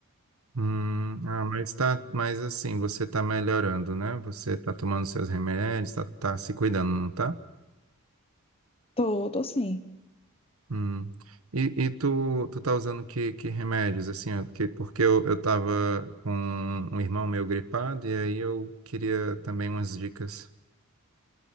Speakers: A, on the right; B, on the left.
A: Hum, ah, mas tá, mas assim, você tá melhorando, né? Você tá tomando seus remédios, tá, tá se cuidando, não tá?
B: Tô, tô assim.
A: Hum. E, e tu, tu tá usando que, que remédios, assim, ó, porque, porque eu, eu tava com um irmão meu gripado e aí eu queria também umas dicas.